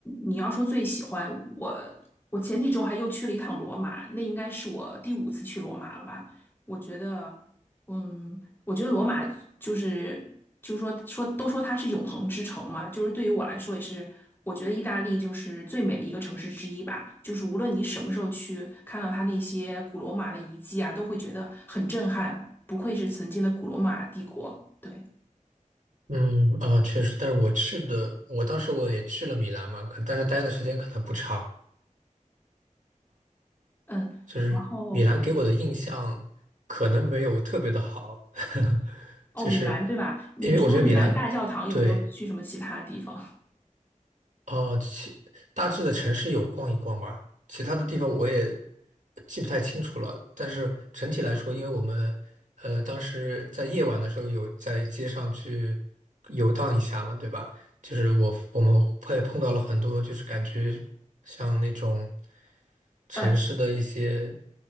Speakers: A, on the left; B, on the right.
A: 你要说最喜欢我，我前几周还又去了一趟罗马，那应该是我第五次去罗马了吧？我觉得，嗯，我觉得罗马就是就是说说都说它是永恒之城嘛，就是对于我来说也是，我觉得意大利就是最美的一个城市之一吧。就是无论你什么时候去，看到它那些古罗马的遗迹啊，都会觉得很震撼。不愧是曾经的古罗马帝国，对，
B: 嗯啊，确实，但是我去的，我当时我也去了米兰嘛，可但是待的时间可能不长。
A: 嗯，
B: 就是米兰给我的印象可能没有特别的好，
A: 然后
B: <laughs>
A: 哦，
B: 就是
A: 米兰对吧？你除了米兰大教堂，
B: 因为我觉得米兰对
A: 有没有去什么其他地方？
B: 哦，其大致的城市有逛一逛吧，其他的地方我也记不太清楚了。但是整体来说，因为我们呃当时在夜晚的时候有在街上去游荡一下嘛，对吧？就是我我们会碰到了很多，就是感觉像那种城市的一些。
A: 嗯，